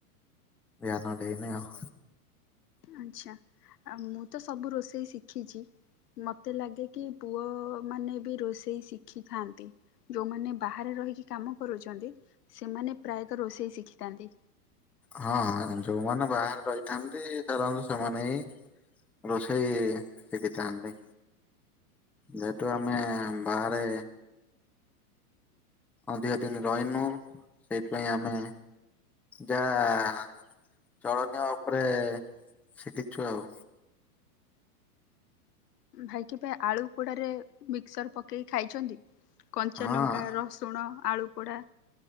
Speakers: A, in the centre; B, on the left.
A: ଧ୍ୟାନ ଦେଇନି ଆଉ।
B: ଆଚ୍ଛା ମୁଁ ତ ସବୁ ରୋଷେଇ ଶିଖିଚି। ମତେ ଲାଗେ କି ପୁଅ ମାନେବି ରୋଷେଇ ଶିଖିଥାନ୍ତି। ଯୋଉମାନେ ବାହାରେ ରହିକି କାମ କରୁଚନ୍ତି ସେମାନେ ପ୍ରାୟତଃ ରୋଷେଇ ଶିଖିଥାନ୍ତି।
A: ହଁ ହଁ ଯୋଉମାନେ ବାହାରେ ରହିଥାନ୍ତି ଧର ସେମାନେ ହିଁ ରୋଷେଇ ଶିଖିଥାନ୍ତି ଯେହେତୁ ଆମେ ବାହାରେ। ଅଧିକ ଦିନି ରହିମୁ ସେଇଥି ପାଇଁ ଆମେ। ଯାହା ଚଳନୀୟ ଉପରେ ଶିଖିଚୁ ଆଉ।
B: ଭାଇ କେବେ ଆଳୁ ପୋଡାରେ ମିକ୍ସର ପକେଇକି ଖାଇଚନ୍ତି କଞ୍ଚା
A: ହଁ
B: ଲଙ୍କା ର ଲୁଣ ଆଳୁ ପୋଡ଼ା